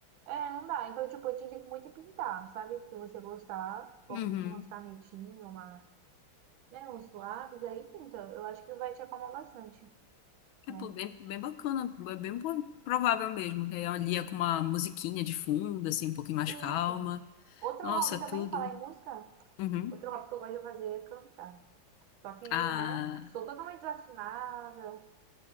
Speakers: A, on the right; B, on the left.
A: É, não dá. Então, tipo, eu te digo muito é pintar, sabe? Se você gostar, coloca
B: Uhum.
A: umas canetinhas, uma, né, uns lápis aí, pinta. Eu acho que vai te acalmar bastante,
B: É,
A: né?
B: pô, bem, bem bacana, é bem po- provável mesmo, que ela lia com uma musiquinha de fundo, assim, um pouquinho mais
A: E
B: calma.
A: isso. Outro
B: Nossa,
A: hobby
B: tudo.
A: também, falar em música,
B: Uhum.
A: outro hobby que eu gosto de fazer é cantar. Só que,
B: Ah,
A: né, sou totalmente desafinada,